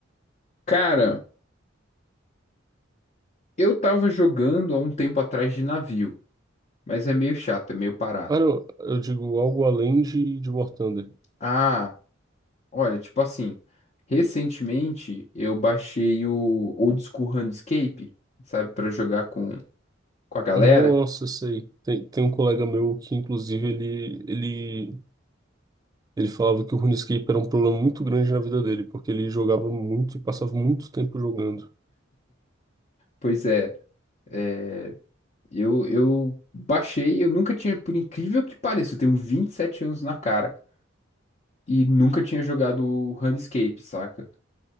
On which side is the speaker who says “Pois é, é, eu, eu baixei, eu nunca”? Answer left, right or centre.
Left